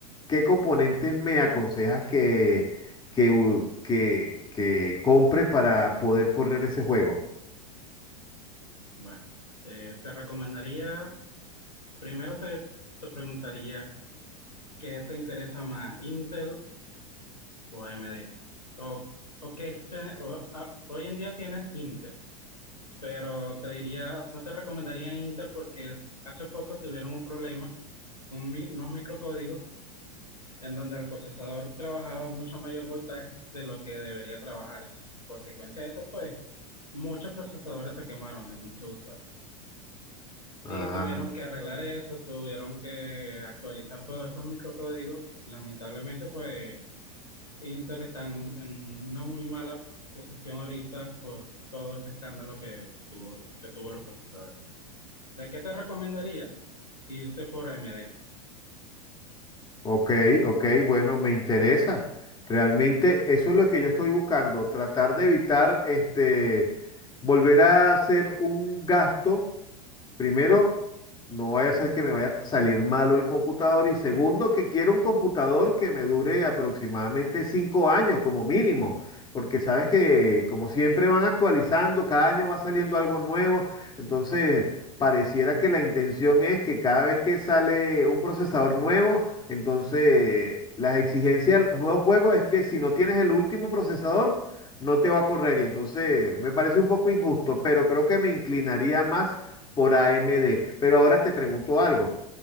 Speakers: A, on the left; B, on the left.
A: ¿qué componentes me aconsejas que, que, u- que, que compre para poder correr ese juego?
B: Bueno, eh, te recomendaría, primero te, te preguntaría qué te interesa más, Intel o AMD. O, o qué espe- o- a- hoy en día tienes Intel. pero te diría, no te recomendaría Intel porque hace poco tuvieron un problema con mi- unos microcódigos en donde el procesador trabajaba mucho mayor voltaje de lo que debería trabajar. En consecuencia de eso, pues muchos procesadores se quemaron de muchos usuarios.
A: Ah,
B: Y tuvieron que arreglar eso, tuvieron que actualizar todos estos microcódigos. Lamentablemente, pues Intel está en, en una muy mala posición ahorita por todo ese escándalo que, que tuvo, que tuvo los procesadores. ¿De qué te recomendaría? Irte por AMD.
A: ok, ok, bueno, me interesa. Realmente eso es lo que yo estoy buscando, tratar de evitar este, volver a hacer un gasto Primero, no vaya a ser que me vaya a salir malo el computador. Y segundo, que quiero un computador que me dure aproximadamente cinco años como mínimo. Porque sabes que como siempre van actualizando, cada año va saliendo algo nuevo. Entonces, pareciera que la intención es que cada vez que sale un procesador nuevo, entonces las exigencias de los nuevos juegos es que si no tienes el último procesador, no te va a correr. Y entonces me parece un poco injusto, pero creo que me inclinaría más por AMD. Pero ahora te pregunto algo.